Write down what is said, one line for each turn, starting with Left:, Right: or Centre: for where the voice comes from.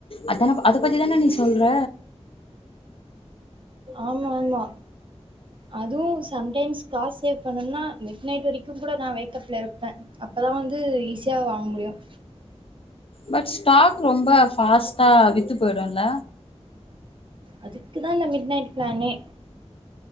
Left: அதானப் அதை பத்தி தான நீ சொல்ற
Right: ஆமா ஆமா அதுவும் சம்டைம்ஸ் காசு சேவ் பண்ணணும்னா மிட் நைட்டு வரைக்கும் கூட நா வேக்கப்ல இருப்ப அப்பதா வந்து ஈஸியா வாங்க முடியும்
Left: பட் ஸ்டாக் ரொம்ப ஃபாஸ்ட்டா வித்து போய்டுல
Right: அதுக்குதா இந்த மிட் நைட் பிளானே